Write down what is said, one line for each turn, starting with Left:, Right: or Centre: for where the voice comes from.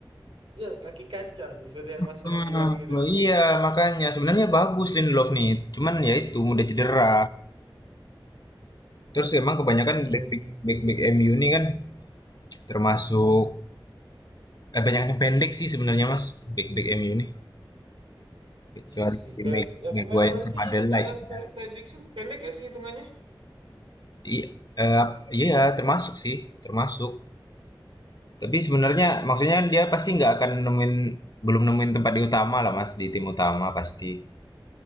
Right: Ya, kaki kaca sih, seperti yang
Left: Hmm,
Right: Mas pernah bilang gitu kan.
Left: iya makanya sebenarnya bagus Lindelof nih, cuman ya itu mudah cedera. Terus emang kebanyakan
Right: Iya,
Left: back back
Right: iya.
Left: back, back MU nih kan termasuk eh banyak yang pendek sih sebenarnya Mas, back back MU nih. Kecuali
Right: Iya sih,
Left: di
Right: kayak
Left: Meg-
Right: yang
Left: Maguire
Right: pemain baru
Left: sama
Right: nih
Left: Adelaide
Right: yang Taylor
Left: ya.
Right: Fre- Fredrickson pendek gak sih hitungannya?
Left: I- eh, iya, termasuk sih, termasuk. Tapi sebenarnya maksudnya dia pasti nggak akan nemuin belum nemuin tempat di utama lah Mas, di tim utama pasti.